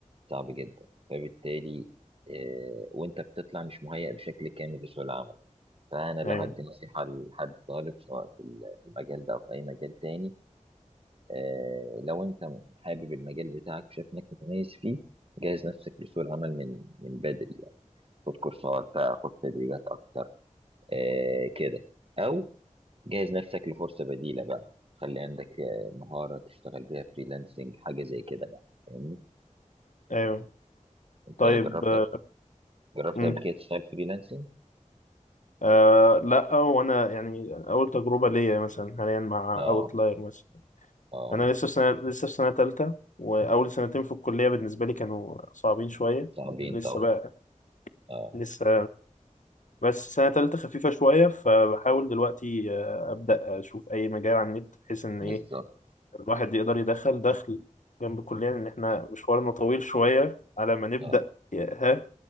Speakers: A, on the right; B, on the left.
A: صعب جدا فبالتالي آه وأنت بتطلع مش مهيأ بشكل كامل لسوق العمل فأنا لو
B: أيوه
A: هدي نصيحة لحد طالب سواء في المجال ده أو في أي مجال تاني آه لو أنت حابب المجال بتاعك شايف إنك متميز فيه جهز نفسك لسوق العمل من من بدري يعني خد كورسات بقى خد تدريبات أكتر آه كده او جهز نفسك لفرصه بديله بقى خلي عندك آه، مهاره تشتغل بيها فريلانسنج حاجه زي كده بقى فاهمني
B: أيوه
A: انت
B: طيب
A: جربت
B: آه،
A: جربت
B: مم.
A: قبل كده تشتغل فريلانسنج
B: آه لا وأنا يعني أول تجربة ليا مثلا حاليا مع
A: اه
B: أوتلاير مثلا
A: اه
B: أنا لسه في سنة لسه في سنة تالتة وأول سنتين في الكلية بالنسبة لي كانوا صعبين شوية
A: صعبين
B: لسه
A: طبعا
B: بقى
A: اه
B: لسه بس سنة تالتة خفيفة شوية فبحاول دلوقتي آه، أبدأ أشوف أي مجال على النت بحيث إن
A: بالظبط
B: إيه الواحد يقدر يدخل دخل جنب الكلية لأن إحنا مشوارنا طويل شوية على ما نبدأ
A: اه
B: يا- ها